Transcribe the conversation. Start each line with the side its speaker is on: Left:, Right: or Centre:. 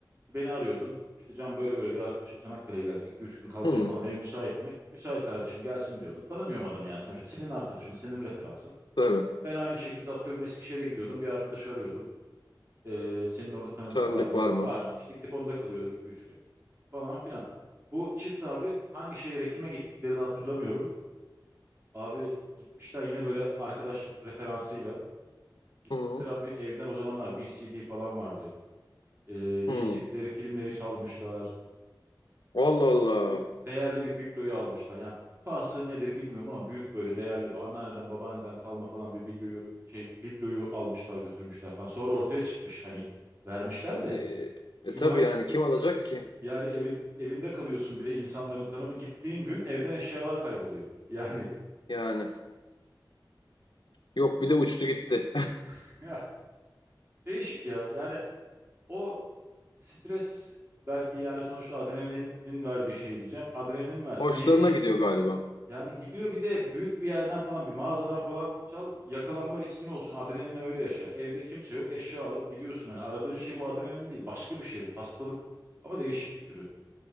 Right: Beni arıyordun. İşte Can böyle böyle bir arkadaşım Çanakkale'ye gelecek. 2 üç gün kalacak
Left: Hı.
Right: falan. Ev müsait mi? Müsait kardeşim gelsin diyordum. Tanımıyorum adamı yani sonuçta. Senin arkadaşın, senin referansın.
Left: Tabii.
Right: Ben aynı şekilde atıyorum Eskişehir'e gidiyordum. Bir arkadaşı arıyordum. Ee, senin orada tanıdık
Left: Tanıdık
Right: var mı?
Left: var mı?
Right: Var. İşte gidip onda kalıyordum iki üç gün falan filan. Bu çift abi hangi şehre kime gittiklerini hatırlamıyorum. Abi gitmişler yine böyle arkadaş referansıyla. Gitmişler
Left: Hı
Right: abi evden o zamanlar VCD falan vardı. Ee, VCD'leri,
Left: hı.
Right: filmleri çalmışlar.
Left: Allah Allah.
Right: Yok değerli bir bibloyu almışlar. Yani pahası nedir bilmiyorum ama büyük böyle değerli bir anneanneden babaanneden kalma falan bir videoyu şey bibloyu almışlar götürmüşler falan. Sonra ortaya çıkmış hani vermişler de.
Left: E, e
Right: Çünkü
Left: tabii
Right: bu hani
Left: yani kim alacak ki?
Right: Yani evin evinde kalıyorsun bir de insanların tanımı. Gittiğin gün evden eşyalar kayboluyor. Yani
Left: Yani. Yok bir de uçtu gitti.
Right: <laughs> ya, değişik ya. Yani o stres belki yani sonuçta adrenalinin verdiği şey diyeceğim. Adrenalin
Left: <laughs>
Right: versin
Left: Hoşlarına
Right: ne bileyim.
Left: gidiyor galiba.
Right: Yani gidiyor bir de büyük bir yerden falan bir mağazadan falan çal yakalanma riskin olsun. Adrenalin öyle yaşa. Evde kimse yok eşya alıp gidiyorsun. Yani aradığın şey bu adrenalin değil başka bir şey bu hastalık ama değişik bir türü.